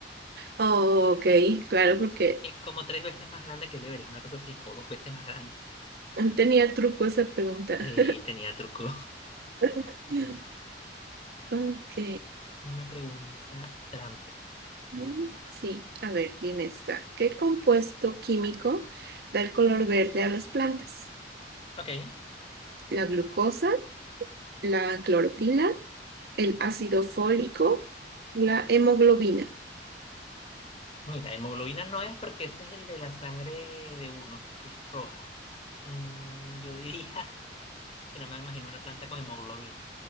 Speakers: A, on the right; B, on the left.
A: oh, ok, claro, porque
B: Es como tres veces más grande que el Everest, una cosa así, o dos veces más grande.
A: tenía truco esa pregunta.
B: Eh, tenía truco.
A: <laughs> Ok,
B: Una pregunta trampa.
A: mm, sí, a ver, dime esta. ¿Qué compuesto químico da el color verde a las plantas?
B: Ok.
A: ¿La glucosa, la clorofila, el ácido fólico, la hemoglobina?
B: Mira, hemoglobina no es porque ese es el de la sangre de uno, que es roja. Mm, yo diría <laughs> que no me imagino una planta con hemoglobina.